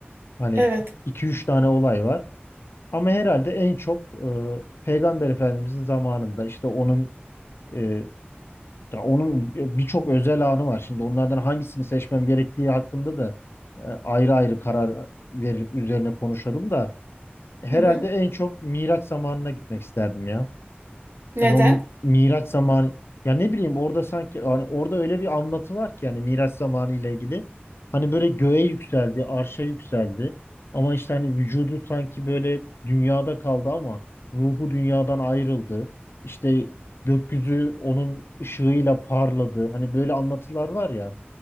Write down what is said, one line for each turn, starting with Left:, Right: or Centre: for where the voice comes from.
Left: Hani
Right: Evet.
Left: iki üç tane olay var. Ama herhalde en çok e, Peygamber Efendimizin zamanında işte onun e, Ya onun e, birçok özel anı var. Şimdi onlardan hangisini seçmem gerektiği hakkında da e, ayrı ayrı karar verip üzerine konuşalım da herhalde
Right: Hı hı.
Left: en çok Miraç zamanına gitmek isterdim ya.
Right: Neden?
Left: Hani o mi- Miraç zamanı ya ne bileyim orada sanki hani orada öyle bir anlatı var ki yani Miraç zamanı ile ilgili. Hani böyle göğe yükseldi, arşa yükseldi. Ama işte hani vücudu sanki böyle dünyada kaldı ama ruhu dünyadan ayrıldı. İşte gökyüzü onun ışığıyla parladı. Hani böyle anlatılar var ya